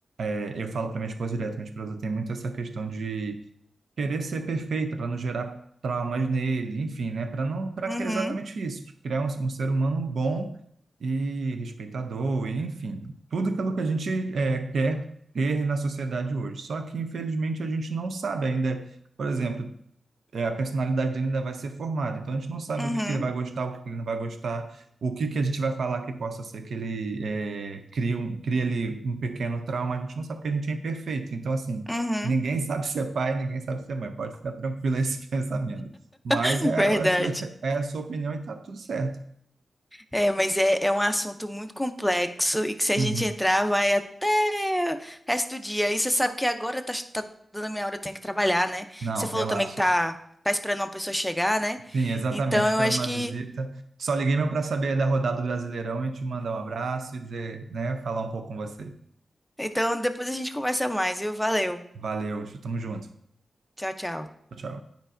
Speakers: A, on the right; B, in the centre.
A: É, eu falo para minha esposa direto, minha esposa tem muito essa questão de querer ser perfeita para não gerar traumas nele, enfim, né? Para não, para
B: Uhum.
A: exatamente isso, criar um, um ser humano bom e respeitador, e enfim, tudo aquilo que a gente é, quer ter na sociedade hoje. Só que infelizmente a gente não sabe ainda, por exemplo, é, a personalidade dele ainda vai ser formada. Então a gente não sabe
B: Uhum,
A: o que que ele vai gostar, o que que ele não vai gostar, o que que a gente vai falar que possa ser que ele é, crie um, crie ali um pequeno trauma. A gente não sabe porque a gente é imperfeito. Então, assim,
B: uhum,
A: ninguém <laughs> sabe ser pai, ninguém sabe ser mãe. Pode ficar tranquilo esse <laughs> pensamento. Mas
B: <laughs>
A: é,
B: verdade.
A: a sua- é a sua opinião e tá tudo certo.
B: É, mas é, é um assunto muito complexo e que se a
A: Uhum.
B: gente entrar vai até o resto do dia. E você sabe que agora tá, tá dando a minha hora, eu tenho que trabalhar, né?
A: Não,
B: Você falou
A: relaxa.
B: também que tá, tá esperando uma pessoa chegar, né?
A: Sim, exatamente.
B: Então
A: Esperando
B: eu acho
A: uma
B: que.
A: visita. Só liguei meu para saber da rodada do Brasileirão e te mandar um abraço e dizer, né, falar um pouco com você.
B: Então depois a gente conversa mais, viu? Valeu.
A: Valeu, tamo junto.
B: Tchau, tchau.
A: Tchau, tchau.